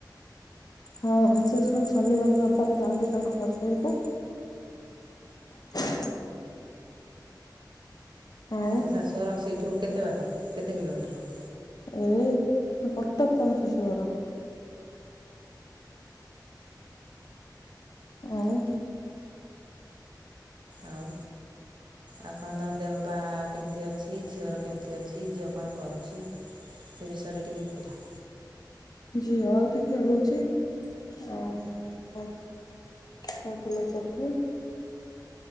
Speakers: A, on the left; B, on the right.
A: ହଁ ବିଶେଷ ଶନିବାର ରବିବାର ଯାଆନ୍ତି ତାଙ୍କ ଶାଶୁଘରକୁ <unintelligible> ଆଉ
B: ଆ ଶାଶୁଘର <inaudible> <inaudible> କେତେ ବାଟ କେତେ କିଲୋମିଟର ହବ?
A: ଏ କଟକ ତାଙ୍କ ଶାଶୁଘର। ଆଉ,,
B: ଆଉ। ଆଉ କଣ ତମ ଦେହ ପାହା କେମିତି ଅଛି, ଝିଅର କେମିତି ଅଛି, ଝିଅ କଣ କରୁଛି, ସେ ବିଷୟରେ ଟିକେ କୁହ।
A: <unintelligible>